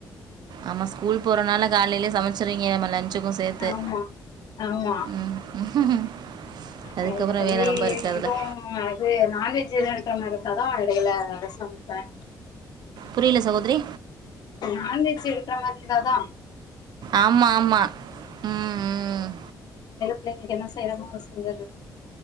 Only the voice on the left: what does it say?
ஆமா ஆமா
அ
மத்தப்படி
எதுவு அது நான்வெஜ் எது எடுக்ற மாரி இருந்தா தா எடைல சமைப்ப
நான்வெஜ் எடுக்கிற மாரி இருந்தாதா
புள்ளங்களுக்கு என்ன செய்யனுமோ அத செஞ்சறது